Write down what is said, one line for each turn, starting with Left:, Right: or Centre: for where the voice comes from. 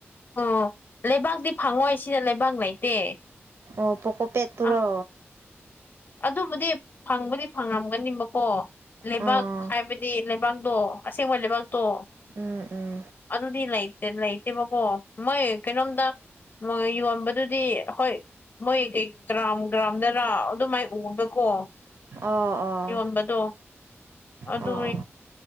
Left: ꯑꯣ ꯂꯩꯕꯥꯛꯇꯤ ꯐꯪꯉꯣꯏ ꯁꯤꯗ ꯂꯩꯕꯥꯛ ꯂꯩꯇꯦ
Right: ꯑꯣ ꯄꯣꯛꯀꯣ ꯄꯦꯠ ꯇꯔꯣ
Left: ꯑꯥ ꯑꯗꯨꯕꯨꯗꯤ ꯐꯪꯕꯗꯤ ꯐꯪꯉꯝꯒꯅꯤꯕꯀꯣ ꯂꯩꯕꯥꯛ
Right: ꯑꯥ
Left: ꯍꯥꯏꯕꯗꯤ ꯂꯩꯕꯥꯛ ꯗꯣ ꯑꯁꯦꯡꯕ ꯂꯩꯕꯥꯛꯇꯣ
Right: ꯎꯝ ꯎꯝ
Left: ꯑꯗꯨꯗꯤ ꯂꯩꯇꯦ ꯂꯩꯇꯦ ꯅꯠꯇꯦꯕꯀꯣ ꯃꯣꯏ ꯀꯩꯅꯣꯝꯗ ꯌꯣꯟꯕꯗꯨꯗꯤ ꯍꯣꯏ ꯃꯣꯏꯩ ꯒ꯭ꯔꯥꯝ ꯒ꯭ꯔꯥꯝꯗꯅ ꯑꯗꯨꯃꯥꯏ ꯎꯕꯀꯣ
Right: ꯑꯣ ꯑꯣ
Left: ꯌꯣꯟꯕꯗꯣ ꯑꯗꯨ
Right: ꯑꯣ